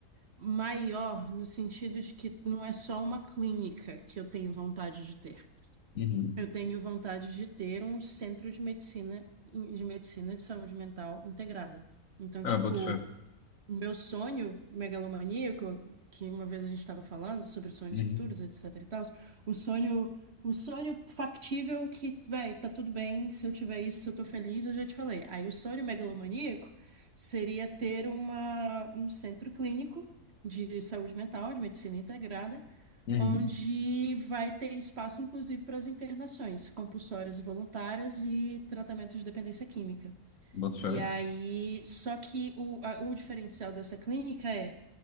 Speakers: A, on the right; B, on the left.
A: maior no sentido de que não é só uma clínica que eu tenho vontade de ter.
B: uhum,
A: Eu tenho vontade de ter um centro de medicina de medicina de saúde mental integrada. Então,
B: Ah,
A: tipo,
B: boto fé.
A: o meu sonho megalomaníaco, que uma vez a gente estava falando sobre sonhos
B: uhum,
A: futuros, etc e tal, o sonho, o sonho factível que, véi, tá tudo bem, se eu tiver isso, eu tô feliz, eu já te falei. Aí o sonho megalomaníaco seria ter uma, um centro clínico de saúde mental, de medicina integrada,
B: uhum,
A: onde vai ter espaço, inclusive, para as internações compulsórias e voluntárias e tratamento de dependência química.
B: Boto fé.
A: E aí, só que o, a- o diferencial dessa clínica é